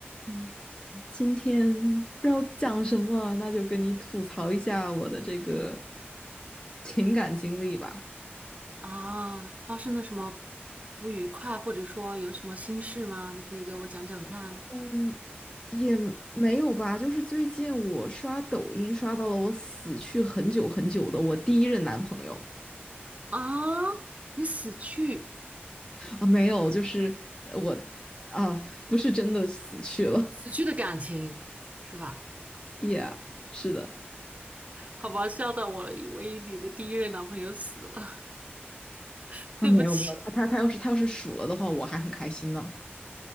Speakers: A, on the right; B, on the left.
A: 嗯
B: 今天不知道讲什么，那就跟你吐槽一下我的这个情感经历吧。
A: 啊，发生了什么不愉快，或者说有什么心事吗？你可以给我讲讲看
B: 嗯，也没有吧，就是最近我刷抖音刷到了我死去很久很久的我第一任男朋友
A: 啊。你死去
B: 啊，没有，就是呃我啊，不是真的死去了
A: 死去的感情是吧？
B: <laughs>，yeah，是的，
A: 好吧，笑到我了，以为你的第一任男朋友死了。<laughs> 对不起。
B: 啊，没有没有，他他他要是他要是数了的话，我还很开心呢。